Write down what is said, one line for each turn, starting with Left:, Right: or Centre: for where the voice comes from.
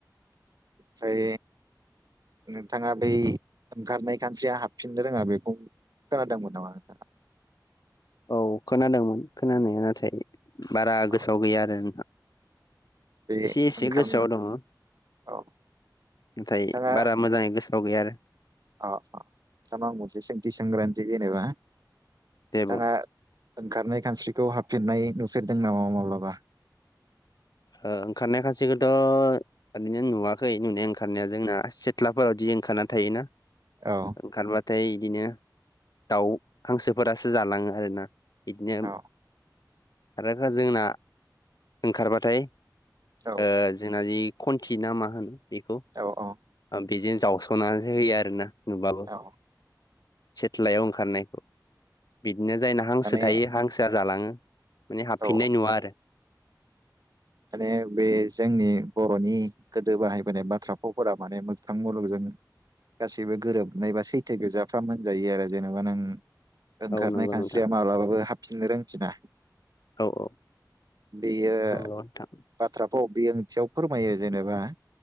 Right: फ्राय नोंथाङा बै ओंखारनाय खान्स्रिया हाबफिननो रोङा बेखौ खोनादोंमोन नामा नोंथाङा
Left: औ खोनादोंमोन खोनानाया नाथाय बारा
Right: अ
Left: गोसोआव गैया आरो नोंथा
Right: बे
Left: एसे एसे
Right: ओंखारनो
Left: गोसोआव दङ'
Right: औ
Left: नाथाय
Right: नोंथाङा
Left: बारा मोजाङै गोसोआव गैया आरो
Right: अ नोंथांनाव आं मोनसे सोंथि सोनग्रोनसै जेनेबा नोंथांआ
Left: दे बुं
Right: ओंखारनाय खानस्रिखौ हाबफिननाय नुफेरदों नामा माब्लाबा
Left: ओ ओंखारनाय खानसिखौथ' ओरैनो नुवाखै नुनाय ओंखारनाया जोंना सेथ्लाफोरावदि ओंखारना थायो ना?
Right: औ
Left: ओंखारबा थाय इदिनो दाउ, हांसोफोरासो जालाङो आरोना इदिनो
Right: औ
Left: आरो जोंना ओंखारबाथाय
Right: औ
Left: ओ जोंना जि खन्थि ना मा होनो बेखौ
Right: औ औ
Left: बेजों जावस'नानैसो होयो आरो ना नुबाबो
Right: औ
Left: सेथलायाव ओंखारनायखौ बिदनो जायना हांसो
Right: माने
Left: थायो हांसोआ जालाङो माने हाबफिननाय
Right: औ
Left: नुवा आरो
Right: ए बे जोंनि बर'नि गोदो बाहायबोनाय बाथ्रा फावफोरा माने मोगथां मुलुगजों गासैबो गोरोबनाय बा सैथो गोजाफ्राम होनजायो आरो जेनेबा नों ओंखारनाय
Left: औ नंगौ
Right: खानस्रिया
Left: नोंथां
Right: माब्लाबाबो हाबफिननो रोंफिना
Left: औ औ
Right: बेयो
Left: नंगौ नोंथां
Right: बाथ्रा फा व औ बे ओंथियाव फोरमायो जेनेबा